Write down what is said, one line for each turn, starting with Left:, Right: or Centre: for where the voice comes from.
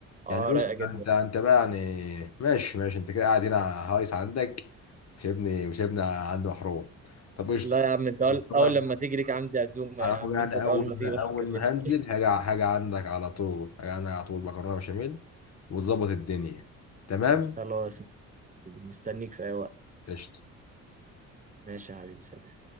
Right: اه
Left: يعني بص
Right: رايقه جدا
Left: انت انت بقى يعني ماشي ماشي انت كده قاعد هنا هايص عندك وسيبني وسيبنا عند محروم طب قشطة
Right: لا يا عم انت اول
Left: طب طبعا
Right: اول لما تيجي ليك عندي عزومه
Left: على
Right: يا
Left: العموم
Right: عم
Left: يعني
Right: انت
Left: اول
Right: اول لما تيجي
Left: ما
Right: بس
Left: اول
Right: كلمني
Left: ما هنزل هاجي هاجي عندك على طول هاجي عندك على طول مكرونة بشاميل وتظبط الدنيا تمام
Right: خلاص مستنيك في اي وقت
Left: قشطة
Right: ماشي يا حبيبي سلام.